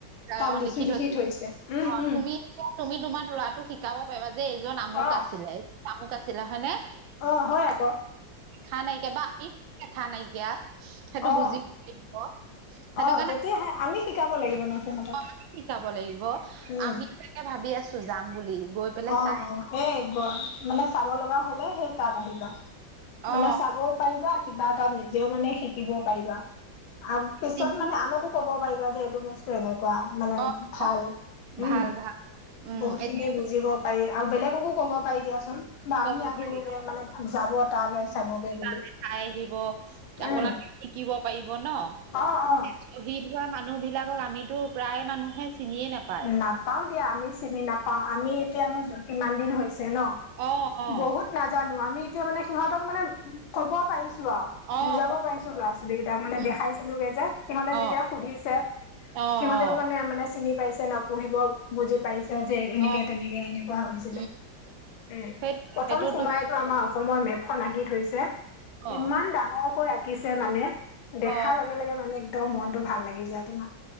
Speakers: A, on the right (about 80°); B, on the left (about 85°).
A: তাই
B: তাত
A: অ'!
B: লিখি
A: লিখিত
B: লিখি
A: থৈছে।
B: উম
A: অ'!
B: উম
A: তুমি? তুমি, তোমাৰ ল'ৰাটোক শিকাব পাৰিবা? যে, এইজন আমুক
B: অ
A: আছিলে, এই আমুক আছিলে। হয় নে?
B: অ'! হয়, আ'ক।
A: দেখা নাইকিয়া বা আমি দেখা নাইকিয়া। সেইটো,
B: অ
A: বুজি <unintelligible> সেইটো
B: অ'! তেতিয়াহে, আমি শিকাব লাগিব ন'? সিহঁতক
A: অ'! আমি শিকাব লাগিব।
B: উম
A: আমি, তাকে ভাবি আছোঁ যাম বুলি। গৈ পেলাই
B: অ'
A: চাই
B: অ'! এই, <unintelligible> মানে, চাব লগা হ'লে, সেই তাত আহিবা। মানে
A: অ
B: চাবও পাৰিবা কিবা এটা নিজেও মানে শিক- শিকিব পাৰিবা? আৰু পিছত
A: চিন্তা
B: মানে, আনকো ক'ব পাৰিবা যে, এইটো বস্তু এনেকুৱা। মানে
A: অ
B: ভাল
A: অ
B: উম
A: ভাল ভাল উম
B: বহুত খিনি
A: এতিয়া
B: বুজ- জিব পাৰি আৰু বেলেগকো কব পাৰি দিয়াচোন
A: ক'ব
B: বা আমি আহিলোগে
A: পাৰি
B: মানে যাব তালৈ চাবগে। বুলি
A: তাই চাই আহিব আপোনালোকে
B: উম
A: শিকিব পাৰিব ন,
B: অ অ
A: বীৰ শ্বহীদ ভোৱা মানুহ বিলাকক আমিতো প্ৰায় মানুহে চিনিয়ে নাপ-
B: নাপাও দিয়া আমি চিনি নাপাও আমি এতিয়ানো কিমান দিন হৈছে ন।
A: অ অ।
B: বহুত নাজানো আমি এতিয়া মানে সিহঁতক মানে ক'ব পাৰিছো আও
A: অ
B: বুজাব
A: ক'ব
B: পাৰিছো ল'ৰা ছোৱালীক। তিয়া মানে
A: উম,
B: দেখাইছিলোগে যে সিহঁতে যেতিয়া
A: অ
B: সুধিছে
A: অ
B: সিহঁতেও
A: অ
B: মানে মানে চিনি পাইছ- নপঢ়িব বুজি পাইছ- যে এনেকে
A: অ
B: তেনেকে এনেকুৱা হৈছিলে।
A: উম
B: উম
A: সেই
B: প্ৰথম
A: সেইটো
B: সোমাইতো
A: তুমি
B: আমা- অসমৰ মেপখন আঁকি থৈছে।
A: অ
B: ইমান ডাঙৰকৈ আঁকিছে মানে দেখাৰ
A: অ
B: লগে লগে মানে একদম মনতটো ভাল লাগি যায় তোমাক।